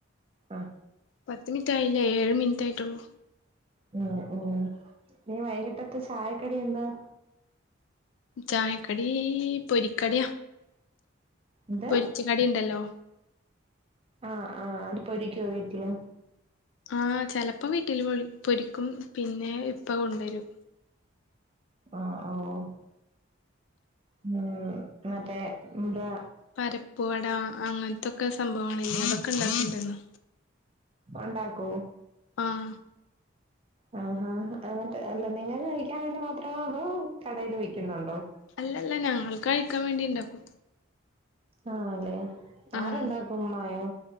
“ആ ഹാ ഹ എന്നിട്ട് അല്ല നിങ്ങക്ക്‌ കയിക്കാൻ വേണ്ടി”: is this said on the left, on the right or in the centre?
Right